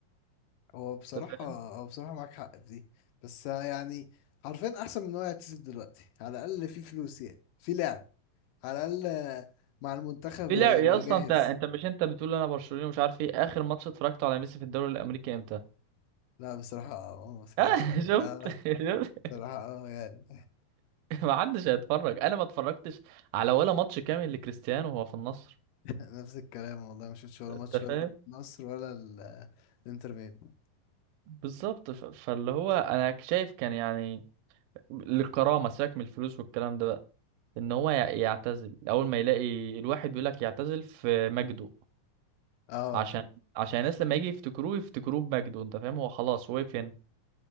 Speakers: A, on the left (about 75°); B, on the right (about 75°).
A: هو بصراحه
B: انت فاهم
A: هو بصراحه معاك حق في دي بس يعني حرفيا احسن من ان هو يعتزل دلوقتي على الاقل في فلوس يعني في لعب على الاقل مع المنتخب
B: في
A: هيبقى
B: لعب يا اسطى
A: جاهز
B: انت انت مش انت بتقول انا برشلوني ومش عارف ايه اخر ماتش اتفرجته على ميسي في الدوري الامريكي امتى
A: لا بصراحة آه، ما اتفرجش
B: آه
A: عليه
B: <laughs> شفت
A: اه
B: شفت؟
A: بصراحة اه يعني
B: ما حدش هيتفرج انا ما اتفرجتش على ولا ماتش كامل لكريستيانو وهو في النصر
A: <laughs> نفس الكلام والله ما شفتش ولا
B: انت
A: ماتش
B: فاهم
A: ولا النصر ولا ال- الانتر ميامي
B: بالظبط ف- فاللي هو انا شايف كان يعني للكرامه سيبك من الفلوس والكلام ده بقى ان هو ي- يعتزل اول ما يلاقي الواحد بيقول لك يعتزل في مجده
A: اه
B: عشان عشان الناس لما يجي يفتكروه يفتكروه بمجده انت فاهم هو خلاص وقف هنا